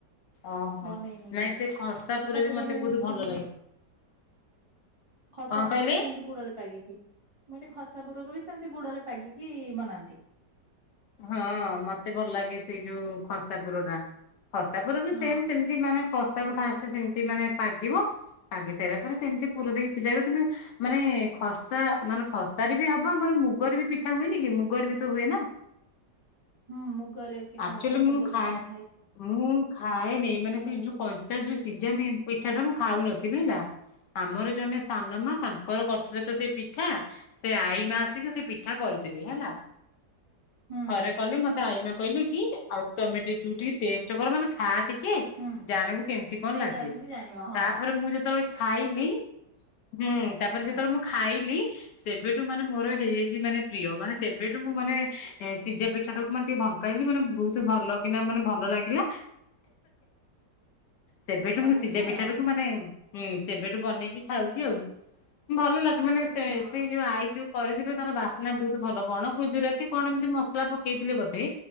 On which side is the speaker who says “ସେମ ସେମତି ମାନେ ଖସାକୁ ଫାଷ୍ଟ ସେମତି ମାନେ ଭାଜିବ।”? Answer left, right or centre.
Left